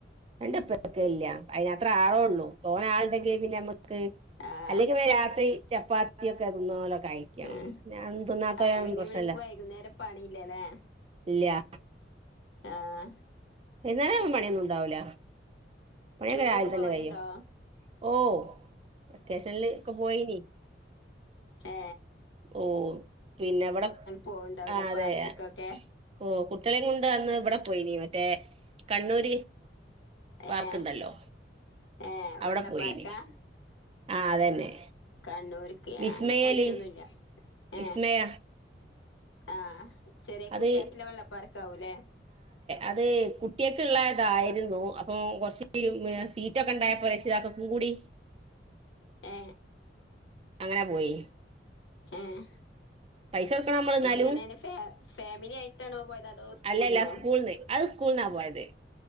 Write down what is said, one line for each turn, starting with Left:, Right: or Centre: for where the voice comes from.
Right: രണ്ട പ്പെക്കയില്ല. അയിനത്ര ആളേ ഒള്ളൂ തോന ആളുണ്ടെങ്കി പിന്നെയെമ്മക്ക് ക്ക്
Left: ആഹ് ആഹ്
Right: അല്ലെങ്കിവി രാത്രി ചപ്പാത്തിയൊക്കെയാ തിന്നണല്. കഴിക്കണം
Left: ഉം
Right: ഞാൻ തിന്നാത്ത
Left: അപ്പൊ ഇനി
Right: പ്രശ്നല്ല
Left: ഇവിടക്ക് വൈകുന്നേരം പണിയില്ലല്ലെ.
Right: ഇല്ല്യാ.
Left: ആഹ്.
Right: വൈന്നേരം പണിയൊന്നും ഉണ്ടാവൂല. പണിയൊക്കെ
Left: ടൂറൊക്കെ
Right: രാവിലെ
Left: പോവലുണ്ടോ?
Right: തന്നെ കഴിയും ഓ അത്യാശ്യള്ള ക്കെ പോയിനി.
Left: ഏ
Right: ഓ പിന്നെവിടെ,
Left: പോവ്ണ്ടാവുലേ
Right: ആ അതെയ,
Left: പാർക്ക്ക്കൊക്കെ
Right: ഓ കുട്ടികളെയും കൊണ്ട് അന്നിവിടെ പോയിനി മറ്റേ കണ്ണൂര്. പാർക്ക്ണ്ടല്ലോ
Left: ഏഹ് ഏഹ്
Right: അവടെ
Left: വെള്ളപ്പാർക്കാ
Right: പോയിനി. ആ അതന്നെ.
Left: കണ്ണൂര്ക്ക്
Right: വിസ്മയല്
Left: അങ്ങനെ പോയിട്ടൊന്നുല്ല.
Right: വിസ്മയ
Left: ഏ ആഹ്. സരി
Right: അത്
Left: കുട്ടിയാക്ക്‌ള്ള വെള്ളപ്പാർക്കാവൂല്ലേ?
Right: അതേ കുട്ടിയൊക്ക്‌ ഉള്ള ഇതായിരുന്നു. അപ്പൊ കൊറച്ച് മ് സീറ്റൊക്കെ ഇണ്ടായപ്പോ രക്ഷിതാക്കക്കും കൂടി
Left: ഏ
Right: അങ്ങനെ പോയി.
Left: ഏഹ്
Right: പൈസ കൊടുക്കണം നമ്മൾ എന്നാലും
Left: എങ്ങനാണ് ഫാ ഫാമിലി ആയിട്ടാണോ പോയത്. അതോ സ്കൂൾന്നോ?
Right: അല്ലല്ല സ്കൂൾന്ന് അത് സ്കൂൾന്നാ പോയത്